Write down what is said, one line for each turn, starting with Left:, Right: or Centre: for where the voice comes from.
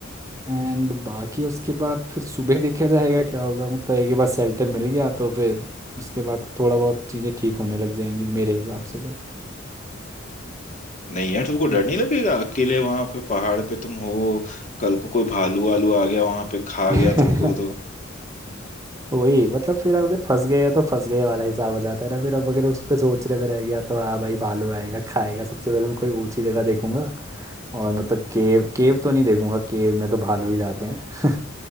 Right: एंड बाकी उसके बाद फिर सुबह देखा जाएगा क्या होगा मतलब एक बार शेल्टर मिल गया तो फिर उसके बाद थोड़ा बहुत चीज़ें ठीक होने लग जाएंगी मेरे हिसाब से तो
Left: नहीं यार तुमको
Right: हम्म।
Left: डर नहीं लगेगा अकेले वहां पे पहाड़ पे तुम हो कल को कोई भालू वालू आ गया वहां पे खा
Right: <laughs>
Left: गया तुमको तो
Right: वही मतलब फिर अगर फंस गए हैं तो फंस गए वाला हिसाब हो जाता है ना फिर अब अगर उस पे सोचने में रह गया तो हाँ भाई भालू आएगा खाएगा सबसे पहले मैं कोई ऊंची जगह देखूंगा और मतलब केव केव तो नहीं देखूंगा केव में तो भालू ही जाते हैं <laughs>